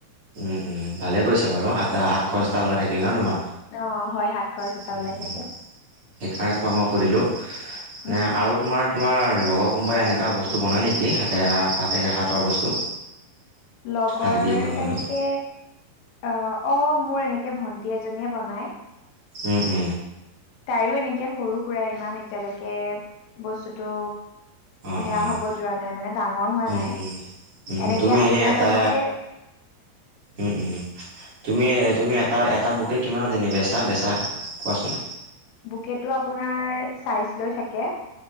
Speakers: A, on the right; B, on the left.
A: উম উম ভালে কৰিছা বাৰু সাত সাত খৰচটো
B: উম
A: ওলাই থাকিল ন তোমাৰ।
B: অ হয় হাত খৰচ
A: সেইকাৰণে
B: এটা ওলাই থাকে
A: তোমাক মই সুধিলোঁ মানে
B: উম
A: আৰু তোমাৰ তোমাৰ লগৰ কোনোবাই এনেকুৱা বস্তু বনায় নেকি হাতে ভাতেক হাতৰ বস্তু।
B: লগৰ
A: হাতেদি বনোৱা মানুহ
B: তেনেকে অ অ মোৰ এনেকে ভন্টি এজনীয়ে বনাই।
A: উ উ
B: তাইও এনেকে সৰু সুৰা ইমান এতিয়ালৈকে বস্তুতটো
A: অঁ
B: সেয়া
A: অঁ
B: হ'ব যোৱা নাই মানে ডাঙৰ হোৱা
A: উম
B: নাই।
A: উম। উম উম
B: এনেকে
A: তুমি
B: আপোনাৰ
A: এনেই এটা
B: লগতে
A: উম উম তুমিয়েই তুমিয়েই। তাৰ এটা বুকে কিমানত এনে বেচা বেচা কোৱাচোন?
B: বুকেটো আপোনাৰ চাইজ লৈ থাকে।